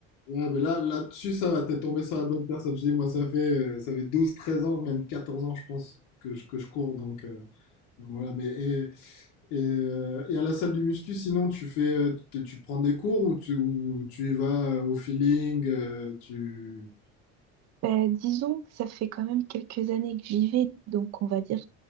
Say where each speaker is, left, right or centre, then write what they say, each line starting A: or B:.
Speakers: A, on the left; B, on the right.
A: Ouais, ben là, là-dessus, ça va, t'es tombé sur la bonne personne. Je dis, moi, ça fait, euh, ça fait 12, 13 ans, même 14 ans, je pense, que je, que je cours, donc, euh, donc voilà. Mais, et Et, euh, et à la salle du muscu, sinon, tu fais, tu, tu prends des cours ou tu, ou tu y vas euh, au feeling, euh, tu...
B: Bah, disons que ça fait quand même quelques années que j'y vais, donc on va dire